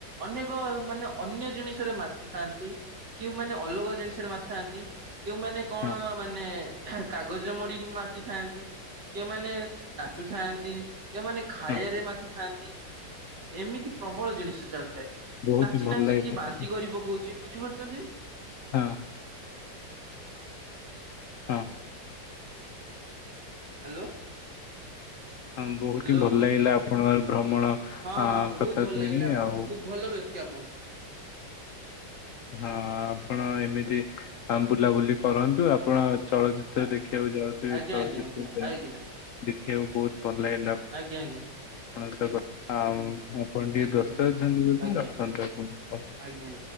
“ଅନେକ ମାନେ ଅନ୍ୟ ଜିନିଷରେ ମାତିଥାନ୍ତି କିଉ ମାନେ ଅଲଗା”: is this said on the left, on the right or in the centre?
Right